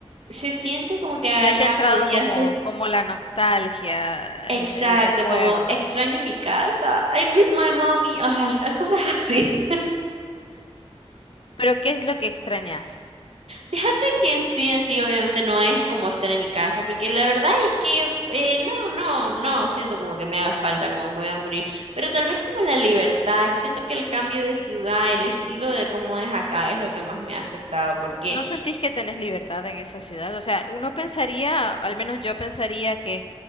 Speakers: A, on the right; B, on the left.
A: se siente como que allá
B: Ya te ha entrado
A: podía
B: como,
A: ser.
B: como la nostalgia,
A: Exacto,
B: eh, el recuerdo.
A: como extraño mi casa. I miss my mommy. Ay, hay cosas así.
B: Pero ¿qué es lo que extrañas?
A: Fíjate que en sí, en sí, obviamente no es como estar en mi casa, porque la verdad es que eh, no, no, no, siento como que me haga falta, como que me voy a morir, pero tal vez como la libertad, que siento que el cambio de ciudad, el estilo de cómo es acá es lo que más me ha afectado, porque
B: ¿No sentís que tenés libertad en esa ciudad? O sea, uno pensaría, al menos yo pensaría que